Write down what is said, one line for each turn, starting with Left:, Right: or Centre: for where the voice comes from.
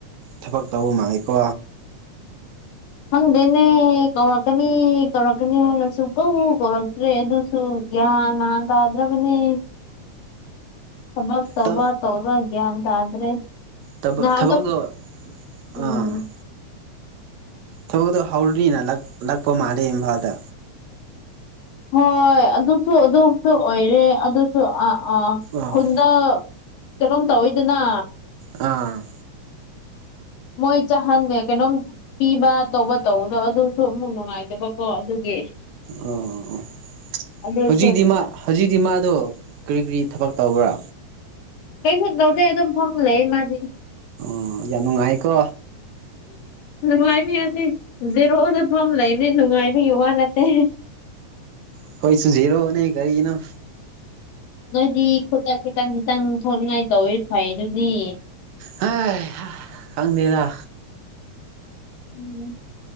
Right: ꯊꯕꯛ ꯇꯧꯕ ꯃꯥꯜꯂꯤꯀꯣ
Left: ꯈꯪꯗꯦꯅꯦ ꯀꯧꯔꯛꯀꯅꯤ ꯀꯧꯔꯛꯀꯅꯤ ꯍꯥꯏꯅ ꯁꯨꯡꯀꯧ ꯀꯧꯔꯛꯇ꯭ꯔꯦ ꯑꯗꯨꯁꯨ ꯁꯨꯒꯤꯌꯥꯟ ꯃꯥꯟꯇꯗ꯭ꯔꯕꯅꯦ ꯊꯕꯛ ꯇꯧꯕ
Right: ꯇ
Left: ꯇꯧꯕ ꯒꯤꯌꯥꯟꯇꯗ꯭ꯔꯦ
Right: ꯊꯕꯛ
Left: ꯅꯍꯥꯟꯗ
Right: ꯊꯕꯛꯇꯣ
Left: ꯎꯝ
Right: ꯑꯥ ꯊꯕꯛꯇꯣ ꯍꯧꯔꯅꯤꯅ ꯂꯛ ꯂꯛꯄ ꯃꯥꯜꯂꯦ ꯏꯝꯐꯥꯜꯗ
Left: ꯍꯣꯏ ꯑꯗꯨꯁꯨ ꯑꯗꯨꯁꯨ ꯑꯣꯏꯔꯦ ꯑꯗꯨꯁꯨ ꯑ
Right: ꯑꯥ
Left: ꯈꯨꯟꯗ ꯀꯩꯅꯣꯝ ꯇꯧꯏꯗꯅ
Right: ꯑꯥ
Left: ꯃꯣꯏ ꯆꯍꯥꯟꯗꯦ ꯀꯩꯅꯣꯝ ꯄꯤꯕ ꯇꯧꯕ ꯇꯧꯕꯗꯣ ꯑꯗꯨꯁꯨ ꯑꯃꯨꯛ ꯅꯨꯡꯉꯥꯏꯇꯕꯀꯣ ꯑꯗꯨꯒꯤ
Right: ꯑꯣ
Left: ꯑꯗꯨꯁꯨ
Right: ꯍꯧꯖꯤꯛꯇꯤ ꯃꯥ ꯍꯧꯖꯤꯛꯇꯤ ꯃꯥꯗꯣ ꯀꯔꯤ ꯀꯔꯤ ꯊꯕꯛ ꯇꯧꯕ꯭ꯔꯥ
Left: ꯀꯩꯝꯁꯨ ꯇꯧꯗꯩ ꯑꯗꯨꯝ ꯐꯝ ꯂꯩꯌꯦ ꯃꯥꯗꯤ
Right: ꯑꯣ ꯌꯥꯝ ꯅꯨꯡꯉꯥꯏꯀꯣ
Left: ꯅꯨꯡꯉꯥꯏꯕ ꯌꯥꯗꯦ ꯖꯦꯔꯣꯛꯅꯐꯝꯝ ꯂꯩꯕꯅꯤ ꯅꯨꯡꯉꯥꯏꯕꯒꯤ ꯋꯥ ꯅꯠꯇꯦ
Right: ꯑꯈꯣꯏꯁꯨꯨ ꯖꯤꯔꯣꯅꯤ ꯀꯔꯤꯅꯣ
Left: ꯅꯣꯏꯗꯤ ꯈꯨꯠꯇ ꯈꯤꯇꯪ ꯈꯤꯇꯪ ꯊꯣꯛꯅꯤꯡꯉꯥꯏ ꯇꯧꯋꯤ ꯐꯩ ꯑꯗꯨꯗꯤ
Right: ꯍꯩ ꯍꯥ ꯈꯪꯗꯦꯗ
Left: ꯎꯝ